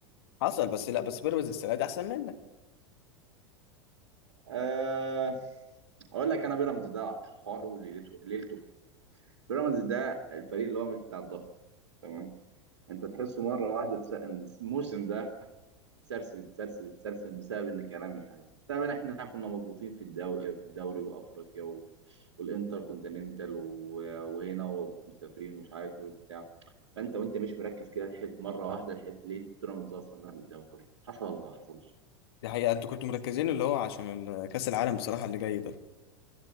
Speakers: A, on the left (about 60°); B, on the right (about 70°).
A: حصل بس لا بس بيراميدز السنه دي احسن منك
B: أه... اقول لك انا بيراميدز ده حواره وليلته ليلته فين بيراميدز ده الفريق اللي هو مش بتاع الضغط تمام انت تحسه مره واحده تس... إن الموسم ده تسرسب تسرسب تسرسب بسبب ان كلام مش عليه بسبب ان احنا كنا مضغوطين في الدوري في الدوري وافريقيا و... والانتر كونتيننتال و... وهنا ومسافرين ومش عارف ايه وبتاع فانت وانت مش مركز كده الح... مره واحده الحس... ليه بيراميدز اصلا راح بالدوري حصل ولا ما حصلش
A: دي حقيقه انتوا كنتوا مركزين اللي هو عشان ال- كاس العالم بصراحه اللي جاي ده